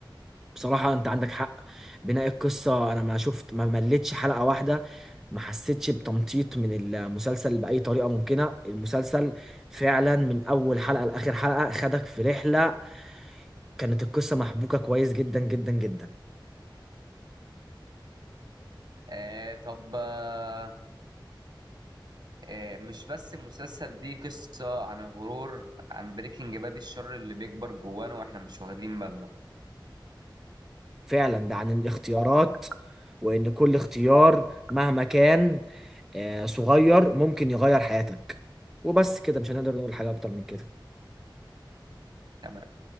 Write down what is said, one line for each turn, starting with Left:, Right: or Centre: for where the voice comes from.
Centre: بصراحة انت عندك حق بناء القصة انا ما شفت ما مليتش حلقة واحدة ما حسيتش بتمطيط من المسلسل بأي طريقة ممكنة المسلسل فعلا من اول حلقة لآخر حلقة خدك في رحلة كانت القصة محبوكة كويس جدا جدا جدا
Right: آه، طب آه، آه، مش بس المسلسل دي قصة عن الغرور عن بريكنج باد الشر اللي بيكبر جوانا وإحنا مش واخدين بالنا
Centre: فعلا ده عن الاختيارات وان كل اختيار مهما كان آه، صغير ممكن يغير حياتك وبس كده مش هنقدر نقول حاجة اكتر من كده
Right: تمام